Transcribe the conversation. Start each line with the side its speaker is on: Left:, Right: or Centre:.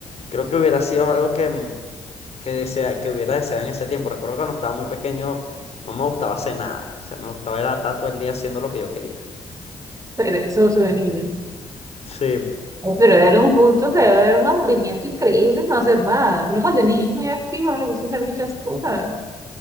Left: Creo que hubiera sido algo que, mm, que, desea, que hubiera deseado en ese tiempo. Recuerdo cuando estaba muy pequeño no me gustaba hacer nada, o sea, me gustaba era estar todo el día haciendo lo que yo quería.
Right: pero eso es de niño.
Left: Sí,
Right: Ay, Pero era un punto que era un aburrimiento increíble no hacer nada. Uno cuando el niño es muy activo no le gusta hacer muchas cosas.